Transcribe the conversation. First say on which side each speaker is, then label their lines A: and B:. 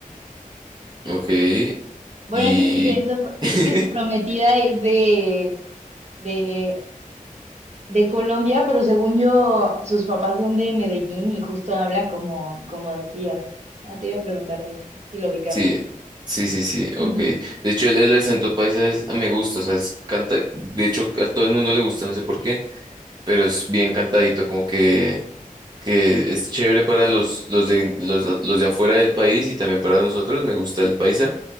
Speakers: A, on the right; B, on the right.
A: Ok,
B: Bueno,
A: y...
B: es que te decía eso,
A: <laughs>
B: es que su prometida es de de de Colombia, pero según yo, sus papás son de Medellín y justo habla como, como decías. Ah, te iba a preguntar de eso, si lo ubicabas.
A: Sí, sí, sí, sí,
B: <laughs>
A: ok. De hecho, el, el acento paisa es- me gusta, o sea, es canta, de hecho, a todo el mundo le gusta, no sé por qué, pero es bien cantadito, como que, que es chévere para los, los de, los, los de afuera del país y también para nosotros, me gusta el paisa.